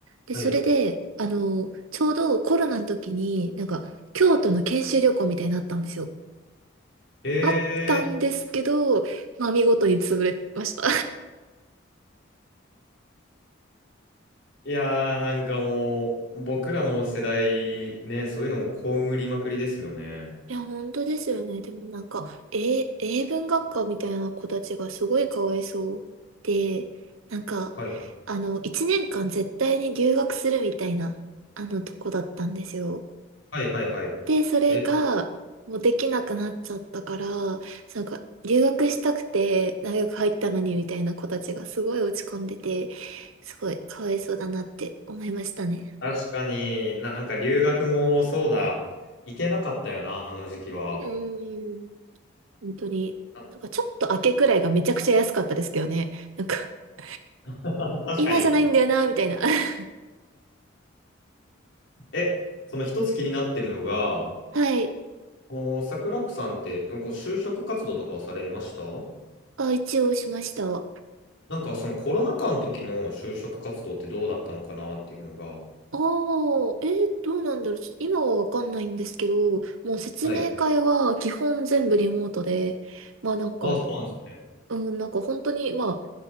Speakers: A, on the right; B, on the left.
A: で、
B: はい。
A: それで、あのーちょうどコロナの時に、なんか、京都の研修旅行みたいになったんですよ。
B: へ
A: あったんですけど、まあ、見事に潰れました。
B: いやー、なんかもう、僕らの世代、ね、そういうのも被りまくりですよね。
A: いや、本当ですよね。でもなんか、英、英文学科みたいな子たちがすごいかわいそうで、なんか、
B: はい。
A: あの、一年間絶対に留学するみたいな、あの、とこだったんですよ。
B: はいはいはい。
A: で、それが、
B: え、
A: もうできなくなっちゃったから、なんか、留学したくて大学入ったのにみたいな子たちがすごい落ち込んでて、すごいかわいそうだなって思いましたね。
B: 確かになんか留学もそうだ、行けなかったよな、あの時期は。
A: うーん。本当に、
B: <laughs>
A: なんかちょっと明けくらいがめちゃくちゃ安かったですけどね。なんか、<laughs>
B: 確かに。
A: 今じゃないんだよな、みたいな。<laughs>
B: え、その一つ気になってるのが、
A: はい。
B: もう桜子さんって、こう就職活動とかをされました
A: あ、一応しました。あ
B: なんかそのコロナ禍の時の就職活動ってどうだったのかなっていうのが。
A: あ、えー、どうなんだろう。ちょっと今はわかんないんですけど、もう説明会は基本全部リモートで、
B: はい。
A: まあなんか、
B: あ、そうなんですね。
A: うん、なんか本当に、まあ、